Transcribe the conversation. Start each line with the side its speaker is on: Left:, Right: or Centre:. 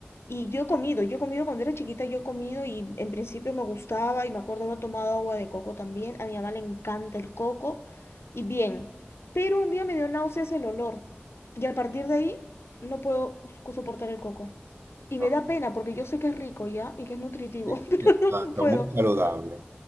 Left: Y yo he comido, yo he comido cuando era chiquita, yo he comido y en principio me gustaba y me acuerdo haber tomado agua de coco también. A mi mamá le encanta el coco y bien. Pero un día me dio náuseas el olor y a partir de ahí no puedo soportar el coco. Y
Right: Oh,
Left: me da pena porque yo sé que es rico ya y que es nutritivo.
Right: sí. Exacto,
Left: No puedo,
Right: muy saludable.
Left: no puedo.